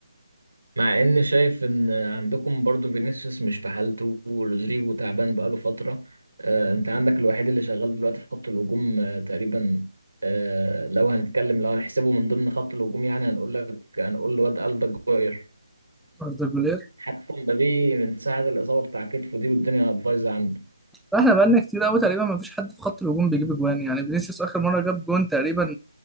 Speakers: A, on the right (about 75°); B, in the centre.
A: مع ان شايف ان عندكم برضو فينيسيوس مش في حالته ورودريجو تعبان بقاله فترة آه انت عندك الوحيد اللي شغال دلوقتي في خط الهجوم آه تقريبا آه لو هنتكلم لو هنحسبه من ضمن خط الهجوم يعني هنقول لك هنقول الواد ألدا جوير
B: أردا جولير
A: حتى مبابي من ساعة الإصابة بتاع كتفه دي والدنيا بايظة عنده
B: فاحنا بقالنا كتير قوي تقريبا مفيش حد في خط الهجوم بيجيب جوان يعني فينيسيوس آخر مرة جاب جون تقريبا